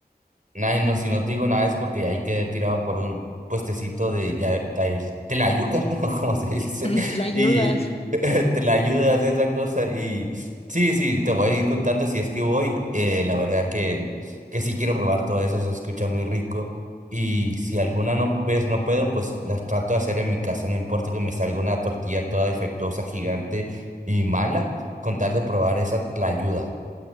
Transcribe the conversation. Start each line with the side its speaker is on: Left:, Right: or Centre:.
Right: Nah, no, si no te digo nada es porque ahí quedé tirado por un puestecito de ya, de telayucas, ¿no? <laughs> Como se dice.
Left: <laughs> la ayudas.
Right: Y <laughs> te la ayudas de esa cosa. Y sí, sí, te voy a ir contando si es que voy. Eh, la verdad que, que sí quiero probar todo eso, se escucha muy rico. Y si alguna no ves, no puedo, pues las trato de hacer en mi casa. No importa que me salga una tortilla toda defectuosa, gigante y mala, con tal de probar esa tlayuda.